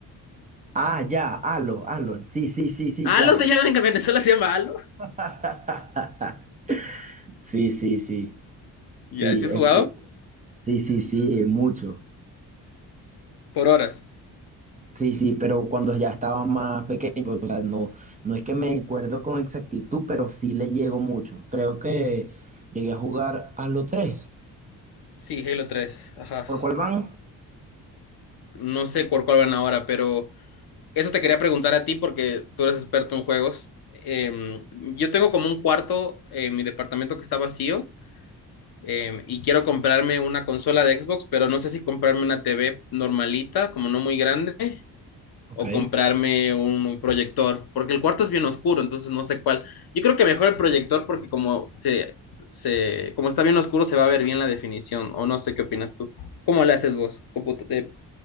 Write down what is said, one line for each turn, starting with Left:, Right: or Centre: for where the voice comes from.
Right: Ah, ya, Halo, Halo. Sí, sí, sí, sí,
Left: Halo
Right: claro.
Left: se llama en Venezuela, se llama Halo. <laughs>
Right: <laughs> Sí, sí, sí.
Left: Ya,
Right: Sí,
Left: ¿sí has
Right: es
Left: jugado?
Right: muy- sí, sí, sí, mucho.
Left: Por horas.
Right: Sí, sí, pero cuando ya estaba más pequeño, pues, o sea, no, no es que me acuerdo con exactitud, pero sí le llego mucho. Creo que llegué a jugar a los tres.
Left: Sí, Halo 3. Ajá.
Right: ¿Por cuál van?
Left: No sé por cuál van ahora, pero Eso te quería preguntar a ti porque tú eres experto en juegos. Em, yo tengo como un cuarto en mi departamento que está vacío em, y quiero comprarme una consola de Xbox, pero no sé si comprarme una TV normalita, como no muy grande,
Right: Ok.
Left: o comprarme un proyector, porque el cuarto es bien oscuro, entonces no sé cuál. Yo creo que mejor el proyector porque como se, se, como está bien oscuro se va a ver bien la definición, o no sé qué opinas tú. ¿Cómo le haces vos? ¿Computa- de-